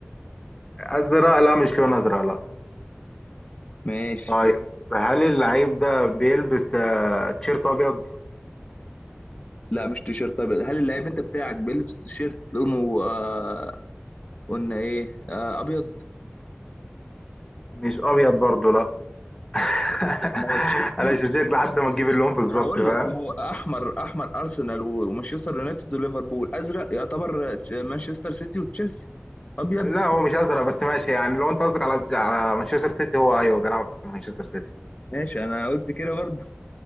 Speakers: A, on the left; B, on the left.
A: ازرق لا مش لون ازرق لا
B: ماشي
A: طيب هل اللعيب ده بيلبس آه، تيشيرت ابيض؟
B: لا مش تيشيرت طيب هل اللعيب انت بتاعك بيلبس تيشيرت لونه آه قلنا ايه آه ابيض
A: مش ابيض برضه لا <laughs>
B: لا ما هو تشيلسي
A: انا مش هسيبك لحد ما تجيب اللون بالظبط
B: انا هقول
A: فاهم؟
B: لك ما هو احمر احمر ارسنال و- ومانشستر يونايتد وليفربول ازرق يعتبر تش- مانشستر سيتي وتشيلسي ابيض
A: لا
B: أنت بتقول-
A: هو مش ازرق بس ماشي يعني لو انت قصدك على على مانشستر سيتي هو ايوه بيلعب في مانشستر سيتي
B: ماشي انا قلت كده برضه